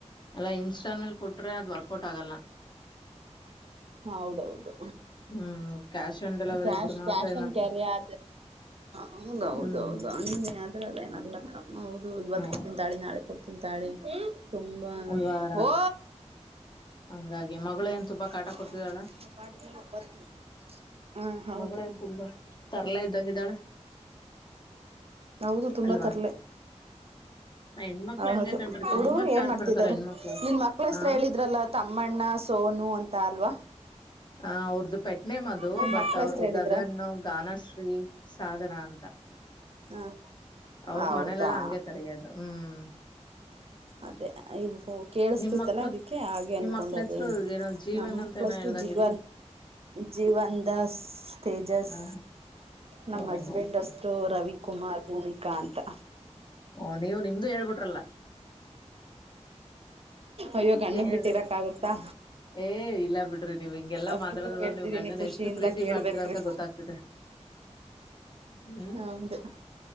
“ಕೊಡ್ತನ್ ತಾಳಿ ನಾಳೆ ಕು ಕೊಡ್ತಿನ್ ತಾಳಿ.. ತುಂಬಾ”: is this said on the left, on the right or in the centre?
Right